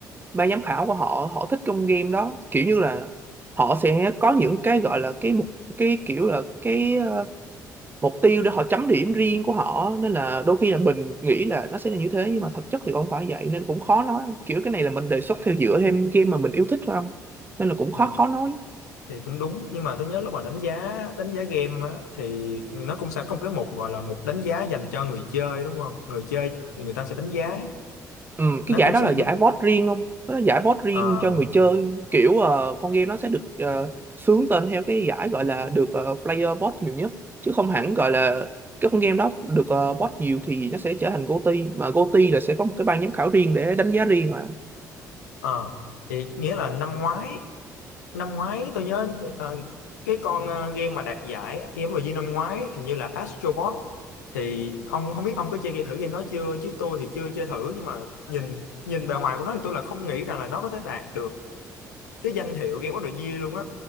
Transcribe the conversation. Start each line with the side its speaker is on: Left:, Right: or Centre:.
Right: ban giám khảo của họ họ thích trong game đó kiểu như là họ sẽ có những cái gọi là cái mục cái kiểu là cái ờ, mục tiêu để họ chấm điểm riêng của họ nên là đôi khi là mình nghĩ là nó sẽ là như thế nhưng mà thực chất thì không phải vậy nên cũng khó nói kiểu cái này là mình đề xuất theo dựa thêm game mà mình yêu thích thôi không nên là cũng
Left: thì,
Right: khó khó nói
Left: thì cũng đúng nhưng mà tôi nhớ lúc mà đánh giá đánh giá game á, thì nó cũng sẽ có một cái mục gọi là mục đánh giá dành cho người chơi đúng không người chơi thì người ta sẽ đánh giá
Right: Ừ,
Left: nó
Right: cái giải
Left: cũng
Right: đó
Left: sẽ
Right: là giải
Left: được
Right: vote riêng không? Nó là giải vote riêng
Left: ờ,
Right: cho người chơi kiểu ờ, con game nó sẽ được ờ, xướng tên theo cái giải gọi là được ờ, player vote nhiều nhất chứ không hẳn gọi là cái con game đó được ờ, vote nhiều thì nó sẽ trở thành GOTY mà GOTY là sẽ có một cái ban giám khảo riêng để đánh giá riêng mà
Left: ờ. thì nghĩa là năm ngoái năm ngoái tôi nhớ ờ, cái con ờ, game mà đạt giải game rồi năm ngoái hình như là Astro Bot thì ông không biết ông có chơi game- thử game đó chưa chứ tôi thì chưa chơi thử nhưng mà nhìn nhìn bề ngoài của nó thì tôi là không nghĩ rằng là nó có thể đạt được cái danh hiệu Game of the Year luôn á